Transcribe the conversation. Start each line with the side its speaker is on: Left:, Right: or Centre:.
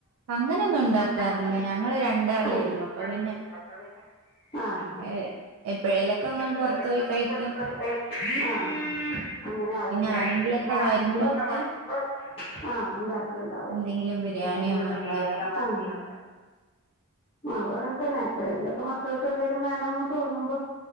Right: അങ്ങനെയൊന്നും ഉണ്ടാക്കാറില്ല
Left: അങ്ങനൊന്നുംണ്ടാക്കലില്ല
Right: ഞങ്ങള് രണ്ടാളേ
Left: <unintelligible>
Right: ഉള്ളു അപ്പൊ പിന്നെ
Left: അപ്പ പിന്നെ ആഹ്
Right: ഏഹ് എപ്പോഴേലൊക്കെ
Left: ഹാ എ എപ്
Right: അങ്ങനെ
Left: എപ്പളേലൊക്കെ
Right: പുറത്തു പോയി കഴിക്കും
Left: <unintelligible> ആഹ് അങ്ങനെ ആവുലേ
Right: പിന്നെ ആരെങ്കിലൊക്കെ
Left: പിന്നെ ആരെങ്കിലൊക്കെ
Right: വരുമ്പോ ഒക്കെ
Left: വരുമ്പോക്കെ ആഹ് ഉണ്ടാക്ക്ണ്ടാവും
Right: എന്തെങ്കിലും ബിരിയാണിയോ
Left: എന്തെങ്കിലും
Right: മന്തിയോ
Left: ബിരിയാണിയോ
Right: ഒക്കെ
Left: ആഹ്
Right: ഉണ്ട്.
Left: മാന്തിയൊക്കെ ആഹ് <unintelligible> അങ്ങൻതന്നെ എപ്പഴെങ്കിലുംക്കെ മക്കൾക്ക് എന്തെങ്കലും വേണന്ന് തോന്നുമ്പോ